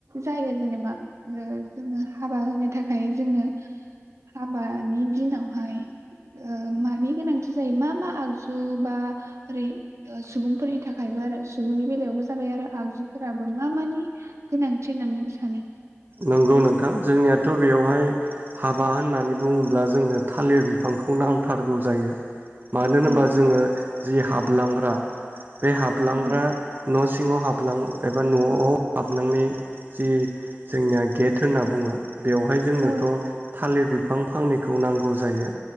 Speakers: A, on the right; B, on the right.
A: जायो जेनेबा? जो जोङो हाबा होनो थाख हाय जोंनो हाबा दानि दिनावहाय मानि गोनांथि जायो मा मा आगजु ओ बा ओरै ओ सुबुं फोरनि थाखायबो आरो सुबुंनि बेलायावबो जाबाय आरो आगजुफोरा बो मानि गोनांथि होननानै आं सानो सानो।
B: नंगौ नोंथां, जोंनियाथ' बेवहाय हाब बा होननानै बुङोब्ला जोंनो, थालिर बिफांखौ नांथारगौ जायो। मानो होनोबा
A: औ
B: जोङो जि हाबलांग्रा बे हाबलांग्रा
A: औ
B: न' सिङाव हाबलां, एबा न'आव हाबनांनाय जि जोंनिया गेट होनना बुङो। बेवहाय जोंनोथ'
A: औ
B: थालिर बि बिफां फांनैखौ नांगौ जायो।